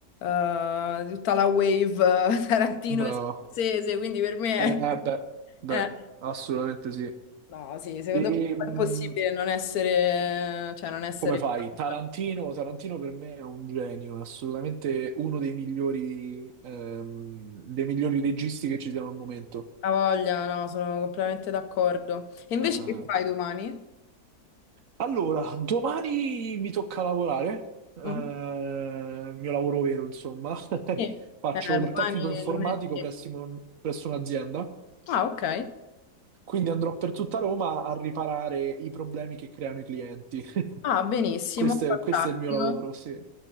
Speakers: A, on the left; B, on the right.
A: eh, di tutta la wave eh, Tarantino
B: Bravo.
A: e Scorsese, quindi per me
B: Eh, beh, beh,
A: è... <laughs> eh,
B: assolutamente sì.
A: no, sì, secondo
B: Ehm,
A: me è impossibile non essere, cioè, non essere
B: Come fai?
A: fan.
B: Tarantino, Tarantino per me è un genio, è assolutamente uno dei migliori, ehm, dei migliori registi che ci siano al momento.
A: Ha voglia, no, sono completamente d'accordo. E invece
B: Eh, eh.
A: che fai domani?
B: allora, domani mi tocca lavorare, eh, il
A: Mhm.
B: mio lavoro vero, insomma. <laughs>
A: Sì. Eh,
B: Faccio il
A: domani
B: tecnico informatico
A: è lunedì.
B: presso un- presso un'azienda,
A: Ah, ok.
B: quindi andrò per tutta Roma a riparare i problemi che creano i clienti. <laughs>
A: Ah, benissimo,
B: Questo
A: fantastico.
B: è, questo è il mio lavoro, sì.